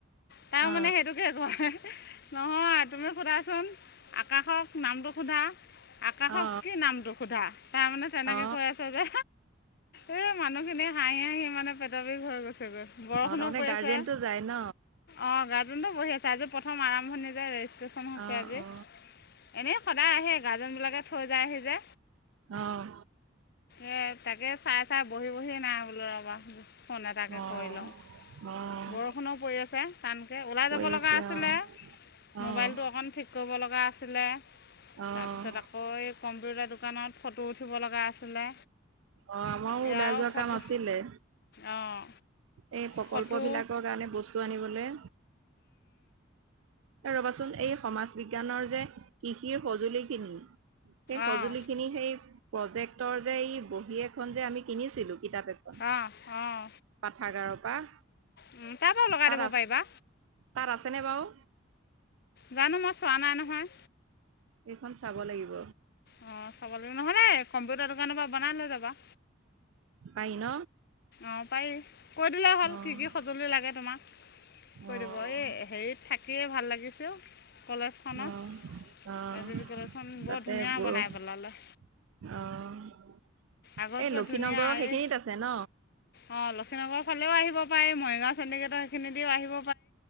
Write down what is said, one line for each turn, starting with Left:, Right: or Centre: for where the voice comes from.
Left: তাইও
Right: অ অ
Left: মানে সেইটোকে কয় নহয়। তুমি সোধাচোন আকাশক নামটো সোধা। আকাশক
Right: অ
Left: কি নামটো সোধা, তাইমানে তেনেকে
Right: অ
Left: কৈ আছে যে। এ মানুহখিনিয়ে হাঁহ সি মানে পেটৰ বিষ হৈ গৈছে গৈ, বৰষুণো
Right: অ তাৰমানে
Left: পৰি
Right: গাৰ্জেনটো
Left: আছে
Right: যায় ন?
Left: অ', গৰ্জেনো বহি আছে। আজি প্ৰথম আৰম্ভণি যে ৰেজিষ্ট্ৰেশ্যন হৈছে
Right: অ
Left: আজি
Right: অ
Left: এনেই সদায় আহে। গাৰ্জেন বিলাকে থৈ যায় আহি যে
Right: অ অ
Left: এ, তাকে চাই। চাই বহি, বহি নাই বোলো ৰ'বা। ফোন এটাকে
Right: অ',
Left: কৰি লওঁ,
Right: অ',
Left: বৰষুণো পৰি আছে টা এ, ওলাই
Right: কৰি
Left: যাব লগা
Right: আছে
Left: আছিলে
Right: অ',
Left: মোবাইলটো
Right: অ',
Left: অকণ ঠিক কৰিব লগা আছিলে।
Right: অ', অ',
Left: তাৰপিছত আকৌ এই কম্পিউটাৰ দোকানত ফটো উঠিব লগা আছিলে।
Right: অ', আমাৰো
Left: ইয়াৰো
Right: ওলাই যোৱা
Left: ফটো
Right: কাম আছিলে।
Left: অঁ
Right: এই প্ৰকল্প
Left: ফটো
Right: বিলাকৰ কাৰণে বস্তু আনিবলে। ৰবাচোন এই সমাজ বিজ্ঞানৰ যে কৃষিৰ সঁজুলি খিনি। সেই সজুলি
Left: অঁ
Right: খিনি সেই প্ৰজেক্টৰ যে এই বহী এখন যে আমি কিনিছিলোঁ। কিতাপ এখন
Left: অঁ অঁ
Right: পাঠাগাৰৰ পৰা। তাত
Left: উম, তাৰ পৰাও লগাই দিব
Right: আ
Left: পাৰিবা
Right: তাত আছেনে বাওঁ?
Left: জানো মই চোৱা নাই নহয়।
Right: এইখন চাব লাগিব।
Left: অ', চাব লাগিব নহ'লে কম্পিউটাৰ দোকানৰ পৰা বনাই লৈ যাবা।
Right: পাই ন?
Left: অ', পাৰি কৈ দিলে হ'ল
Right: অ',
Left: কি, কি সঁজুলি লাগে তোমাক। কৈ
Right: অ',
Left: দিব, এই হেৰিত থাকিয়ে ভাল লাগিছে কলেজখনত।
Right: অ', অ',
Left: এ দি পি কলেজ খন
Right: তাতে
Left: বৰ ধুনীয়া
Right: বৰষ
Left: বনাই পেলালে।
Right: অ'।
Left: আগত
Right: এই
Left: কৈ
Right: লক্ষীনগৰৰ
Left: ধুনীয়া
Right: সেইখিনিত
Left: এই
Right: আছে ন
Left: অ', লক্ষীনগৰৰ ফালেও আহিব। পাৰি, মৰিগাঁও চেন্তিগেটৰ দিওঁ আহিব।